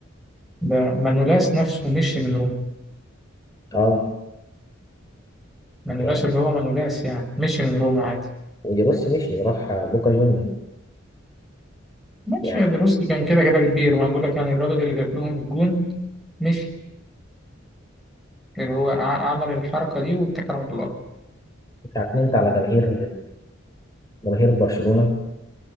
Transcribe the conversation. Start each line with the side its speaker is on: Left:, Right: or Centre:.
Centre: ده مانولاس نفسه مشي من روما
Left: اه
Centre: مانولاس
Left: يعني
Centre: اللي هو مانولاس يعني مشي من روما عادي
Left: جيروسي مشي راح بوكا جونيور
Centre: ماشي
Left: يعني
Centre: يا دروسي كان كده كده كبير وأنا بقول لك يعني الراجل اللي جاب لهم الجون مشي اللي هو ع- عمل الحركة دي واتكل على الله
Left: اتعكننت على جماهير جماهير برشلونة